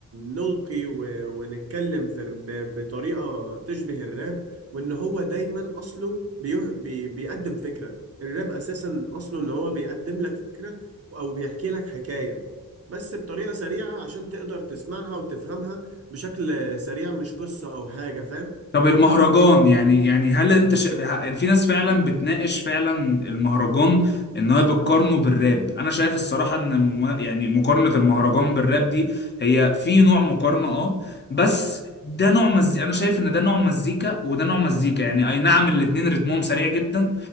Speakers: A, on the right; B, on the left.
A: نلقي و- ونتكلم في الر- ب- بطريقة تشبه الراب وان هو دايما اصله بيه بي بيقدم فكرة الراب اساسا اصله ان هو بيقدم لك فكرة او بيحكي لك حكاية بس بطريقة سريعة عشان تقدر تسمعها وتفهمها بشكل سريع مش قصة او حاجة فاهم
B: طب المهرجان
A: ف
B: يعني يعني هل انت ش... ه- في ناس فعلا بتناقش فعلا المهرجان ان هو بتقارنه بالراب انا شايف الصراحه ان م... يعني مقارنه المهرجان بالراب دي هي في نوع مقارنه اه بس ده نوع مزيكا انا شايف ان ده نوع مزيكا وده نوع مزيكا يعني اي نعم الاتنين رتمهم سريع جدا